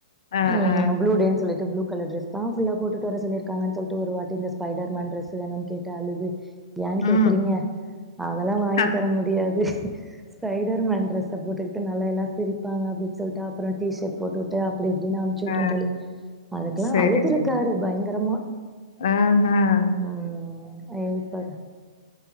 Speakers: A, on the left; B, in the centre.
A: ஆ
B: ம்
A: ஆ
B: ப்ளூ டேன் சொல்லிட்டு ப்ளு கலர் டிரெஸ் தா ஃபுல்லா போட்டுட்டு வர சொல்லியிருக்காங்கன் சொல்ட்டு ஒரு வாட்டி இந்த ஸ்பைடர் மேன் டிரஸு வேணுன்னு கேட்டு அழுது ஏன் கேக்கறீங்க
A: ம்
B: அதெல்லா வாங்கி
A: அ.
B: தர முடி யாது ஸ்பைடர் மேன் டிரஸ் அத போட்டுக்கிட்டு நல்லா எல்லா சிரிப்பாங்க அப்டின் சொல்ட்டு அப்புற டீ ஷட் போட்டு உட் டு அப்டி இப்டின்னு அம்ச்சிவுட்டன்
A: ஆ
B: தோழி அதுக்கெல்லா
A: சேரி
B: அழுதுருக்காரு
A: சேரி
B: பயங்கரமா
A: ஆஹா
B: ம் இப்பதா